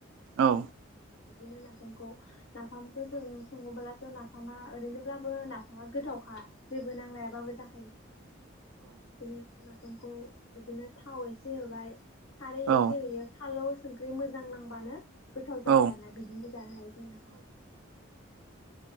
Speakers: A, on the right; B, on the left.
A: औ
B: बिदिनो नाफामखौ नाफामखौ जों सङोब्ला। ' नाफामा ओरैनोब्लाबो नाफामा गोथावखा। जेबो नांलायाबाबो जाखायो बिदिनो ज <inaudible> खौ बिदिनो थाव एसे होबाय खारै
A: औ
B: एसे होयो खााल <unintelligible> संख्रि मोजां नांबानो गोथाव जाबाय
A: औ
B: आरो ना बिदिनो जानो हायो जों नाफामखौ।